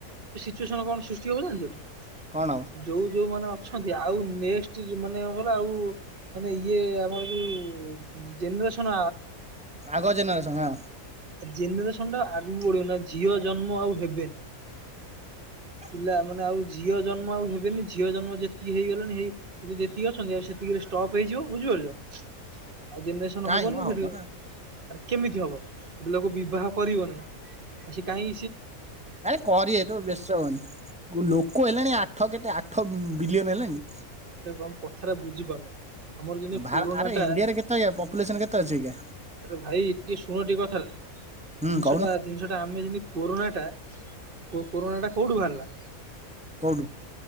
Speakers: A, on the right; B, in the centre.
A: ସିଚୁଏସନ୍ କଣ ସୃଷ୍ଟି ହବ ଜାଣିଚଟି।
B: କଣ ହବ
A: ଯୋଉ ଯୋଉମାନେ ଅଛନ୍ତି ଆଉ ନେକ୍ସଟ ମାନେ କଣ କହିଲ ଆଉ ମାନେ ଇଏ ଆମର ଯୋଉ ଜେନେରେସନ୍
B: ଆଗ ଜେନେରେସନ୍ ହଁ।
A: ଜେନେରେସନ୍ ଟା ଆଗକୁ ବଢିବ ନା ଝିଅ ଜନ୍ମ ଆଉ ହେବେନି।
B: <inaudible>
A: ପିଲା ମାନେ ଆଉ ଝିଅ ଜନ୍ମ ଆଉ ହେବେନି। ଝିଅ ଜନ୍ମ ଯେତିକି ହେଇଗଲେଣି ହେଇ ଯେତିକି ଅଛନ୍ତି ଆଉ ସେତିକି ଷ୍ଟପ୍ ହେଇଯିବ ବୁଝିପାରୁଛ।
B: <inaudible>
A: ଆଉ ଜେନେରେସନ୍
B: କାଇଁ
A: ହବନି
B: ମ
A: ସେଠୁ
B: ହବ ନା
A: ଆଉ କେମିତି ହବ? ଗୋଟେ ଲୋକ ବିବାହ କରିବ ନାହିଁ ତ ସେ କାଇଁ।
B: ଆରେ କରିବେ ତମେ ବ୍ୟସ୍ତ ହୁଅନି ଲୋକ ହେଲେଣି। ଆଠ କେତେ ଆଠ ବିଲିୟନ ହେଲେଣି।
A: ସେ କଣ କଥାଟା ବୁଝିପାରୁନ ଆମର ଯେମତି
B: ଭା
A: କୋରୋନା
B: ଆରେ
A: ଟା
B: ଇଣ୍ଡିଆରେ କେତେ ପପୁଲେସନ କେତେ ଅଛି ଅଇକା
A: ଏବେ ଭାଇ ଟିକ ଶୁଣ ଟିକେ କଥାଟା।
B: ହୁଁ
A: ଜିନିଷ
B: କହୁନ
A: ଟା ଜିନିଷ ଟା ଆମେ ଯେମିତି କୋରୋନା ଟା କୋରୋନା ଟା କୋଉଠୁ ବାହାରିଲା?
B: କୋଉଠୁ?